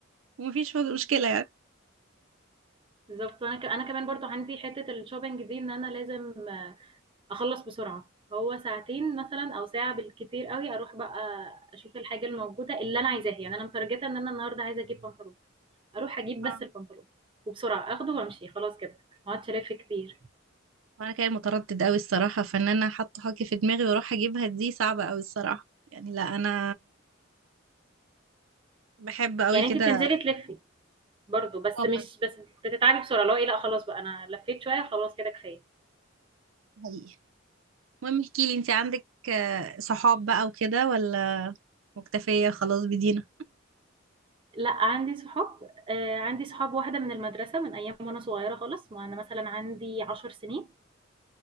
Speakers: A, on the right (about 75°); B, on the right (about 25°).
A: ومفيش مشكلة يعني
B: بالضبط، وأنا ك أنا كمان برضه عندي حتّة الshopping دي إن أنا لازم أخلّص بسرعة، هو ساعتين مثلًا أو ساعة بالكتير أوي أروح بقى أشوف الحاجة الموجودة اللي أنا عايزاها، يعني أنا متارجتة إن أنا النهارده عايزة أجيب بنطلون، أروح أجيب بس
A: اه
B: البنطلون وبسرعة آخده وأمشي خلاص كده، ما اقعدش ألِف كتير،
A: وانا كان متردد قوي الصراحة فان انا حاطة حاجة في دماغي واروح اجيبها دي صعبة قوي الصراحة يعني لا انا بحب قوي
B: يعني
A: كده
B: أنتِ بتنزلي تلِفّي برضه بس
A: اه
B: مش
A: برضه
B: بس بتتعبي بسرعة، اللي هو إيه لأ خلاص بقى أنا لفّيت شوية خلاص كده كفاية،
A: حقيقي المهم احكي لي انت عندك آه، صحاب بقى وكده ولا مكتفية خلاص بدينا
B: لأ عندي صحاب آآ، عندي صحاب واحدة من المدرسة من أيام وأنا صغيرة خالص، وأنا مثلًا عندي 10 سنين